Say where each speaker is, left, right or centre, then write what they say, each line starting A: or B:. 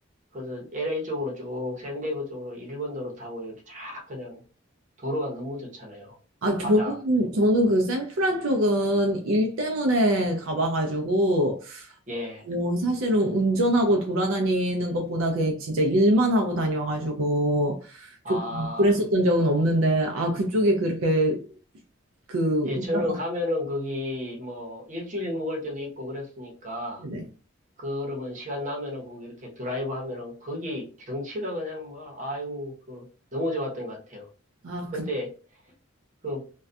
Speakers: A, on the right; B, on the right.
A: 그 LA 쪽으로 쭉 샌디에고 쪽으로 일본도로 타고 이렇게 쫙 그냥 도로가 너무 좋잖아요.
B: 아, 저는,
A: 바다.
B: 저는 그 샌프란 쪽은 일 때문에 가봐가지고,
A: 예.
B: 뭐, 사실은 운전하고 돌아다니는 것보다 그냥 진짜 일만 하고 다녀가지고,
A: 아,
B: 조금 그랬었던 적은 없는데, 아, 그쪽이 그렇게 그
A: 예,
B: 운전하는
A: 저는 가면은 거기 뭐 일주일 묵을 때도 있고 그랬으니까
B: 네.
A: 그러면 시간 나면은 거기 이렇게 드라이브 하면은 거기 경치가 그냥 막 아이고 그 너무 좋았던 것 같아요.
B: 아,
A: 근데
B: 그 그
A: 그